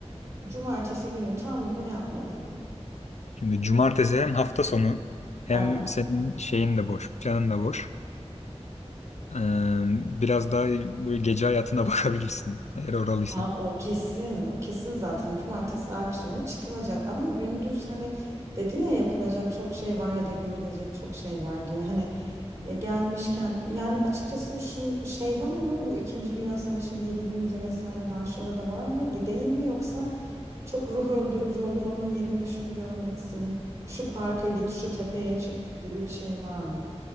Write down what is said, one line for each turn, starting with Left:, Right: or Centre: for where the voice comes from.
Right: cumartesi günü tam gün ne yapmalıyım?
Left: Şimdi cumartesi hem hafta sonu hem
Right: Evet.
Left: senin şeyin de boş, planın da boş. E, Biraz daha böyle gece hayatına <laughs> bakabilirsin eğer oralıysan.
Right: Ha, o kesin, o kesin zaten cumartesi akşamı çıkılacak ama gündüz hani dedin ya yapılacak çok şey var ya da görülecek çok şey var diye hani ya gelmişken yani açıkçası şu şey var mı bu İkinci Dünya Savaşı ile ilgili müze vesaire Varşova'da var mı gideyim mi yoksa çok ruh öldürücü olur onun yerine şunu görmelisin şu parka git şu tepeye çık gibi bir şey var mı?